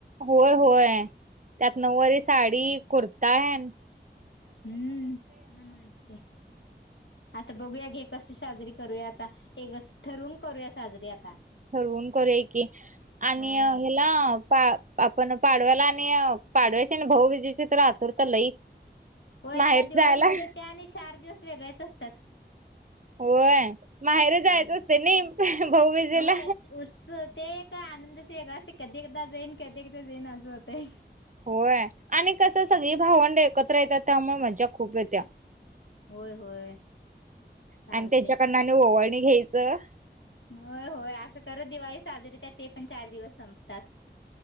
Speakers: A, on the right (about 45°); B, on the left (about 80°).
A: होय होय त्यात
B: होय
A: नऊवारी साडी कुर्ता आहे..
B: हम्म छान वाते आता बघूया की कस साजरी करूया आता एक ठरून करूया साजरी आता
A: ठरवून करू की आणि
B: हा
A: हला पा आपण पाडव्याला आणि पाडव्याची आणि भाऊबीजेची तर आतुरता लई
B: होय
A: माहेरी
B: त्या दिवाळीमध्ये
A: जायला
B: त्या आणि चार दिवस वेगळ्याच असतात
A: होय माहेर जायचं
B: हो
A: असते नाही भाऊबीजेला
B: उरच ते एक आनंदाचे वेगळ असते कधी कधी एकदा जेईन कधी एकदा जेन आस होते
A: होय आणि कसं सगळी भावंड एकत्र येतात त्यामुळे मज्जा खूप येत्या
B: होय होय चालतंय.
A: आणि त्याच्याकडन म ओवळणी घ्यायचं
B: होय होय असं कर दिवाळी साजरीत ते पण चार दिवस संपतात